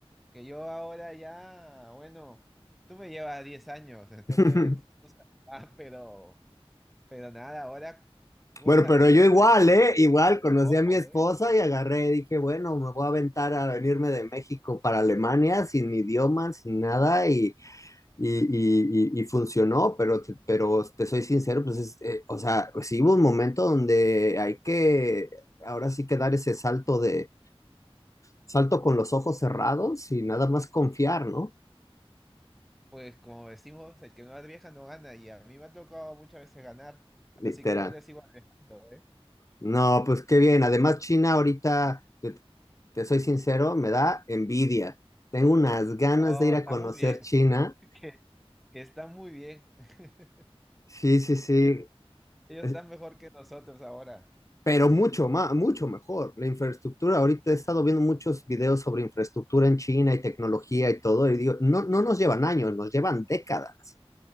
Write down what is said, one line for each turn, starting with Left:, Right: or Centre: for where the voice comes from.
Centre: Que yo ahora ya, bueno, tú me llevas 10 años, entonces
Left: <laughs>
Centre: tú, tú sabes <laughs> más, pero, pero nada, ahora cosa
Left: Bueno, pero
Centre: que se
Left: yo
Centre: me aparece
Left: igual, ¿eh? Igual
Centre: a
Left: conocí
Centre: ojo,
Left: a mi esposa
Centre: ¿eh?
Left: y agarré, dije, bueno, me voy a aventar a venirme de México para Alemania sin mi idioma, sin nada, y, y, y, y- y funcionó, pero, te- pero te soy sincero, pues, es, eh, o sea, pues sí hubo un momento donde hay que, ahora sí que dar ese salto de salto con los ojos cerrados y nada más confiar, ¿no?
Centre: Pues como decimos, el que no arriesga no gana, y a mí me ha tocado muchas veces ganar, así
Left: Literal.
Centre: que yo le sigo arriesgando, ¿eh?
Left: No, pues qué bien. Además, China ahorita, te, te soy sincero, me da envidia. Tengo unas ganas
Centre: No,
Left: de ir
Centre: está
Left: a conocer
Centre: muy bien,
Left: China.
Centre: <laughs> que, que está muy bien. <laughs>
Left: Sí, sí, sí.
Centre: Ellos, ellos
Left: Es-
Centre: están mejor que nosotros ahora.
Left: Pero mucho más, mucho mejor. La infraestructura, ahorita he estado viendo muchos videos sobre infraestructura en China y tecnología y todo, y digo, no, no nos llevan años, nos llevan décadas.